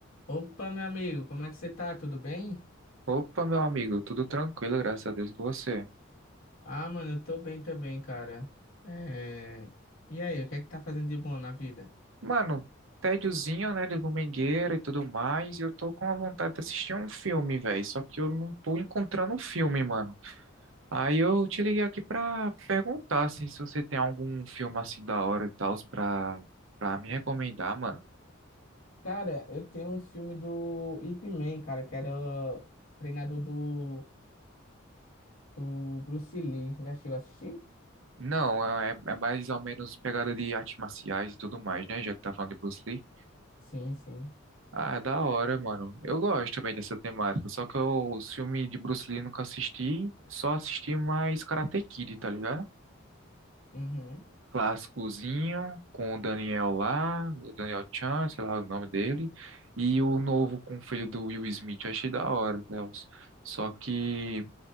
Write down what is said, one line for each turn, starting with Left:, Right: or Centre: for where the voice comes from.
Left: Opa, meu amigo, como é que você tá? Tudo bem?
Right: Opa, meu amigo, tudo tranquilo, graças a Deus com você.
Left: Ah, mano, eu tô bem também, cara. É... E aí, o que é que tá fazendo de bom na vida?
Right: Mano, tédiozinho, né, de domingueira e tudo mais, e eu tô com a vontade de assistir um filme, velho, só que eu não tô encontrando um filme, mano. Aí eu te liguei aqui pra perguntar assim, se você tem algum filme assim da hora e tal pra, pra me recomendar, mano.
Left: Cara, eu tenho um filme do Ip Man, cara, que era o treinador do, do Bruce Lee. Já chegou a assistir?
Right: Não, é, é mais ou menos pegada de artes marciais e tudo mais, né, já que tá falando de Bruce Lee.
Left: Sim, sim.
Right: Ah, da hora, mano. Eu gosto também dessa temática, só que eu, os filmes de Bruce Lee nunca assisti, só assisti mais Karate Kid, tá ligado?
Left: Uhum.
Right: Clássicozinho, com o Daniel lá, o Daniel Chan, sei lá o nome dele, e o novo com o filho do Will Smith, achei da hora, Deus. Só que,